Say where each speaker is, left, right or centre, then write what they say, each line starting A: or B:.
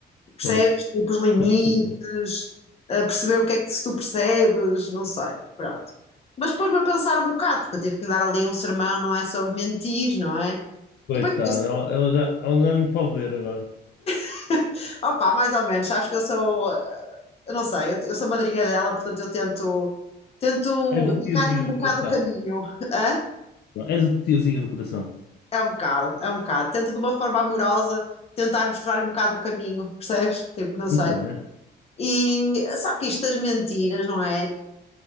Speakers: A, on the left (about 35°); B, on the left (about 65°).
A: Percebes?
B: Pois,
A: Tipo, os limites,
B: estou percebendo.
A: a perceber o que é que se tu percebes, não sei, pronto. Mas pôs-me a pensar um bocado, porque eu tive que lhe dar ali um sermão, não é? Sobre mentir, não é?
B: Coitada,
A: E depois pensei,
B: ela, ela já, ela já me pode ver agora.
A: <laughs> opá, mais ou menos, sabes que eu sou, eh, eu não sei, eu, eu sou madrinha dela, portanto eu tento, tento
B: És
A: indicar-lhe
B: a tiazinha
A: um bocado
B: do coração.
A: o caminho, hã?
B: És a tiazinha do coração.
A: É um bocado, é um bocado. Tento de uma forma amorosa tentar mostrar-lhe um bocado o caminho, percebes? Tipo, não
B: Muito
A: sei.
B: bem.
A: E só que isto das mentiras, não é?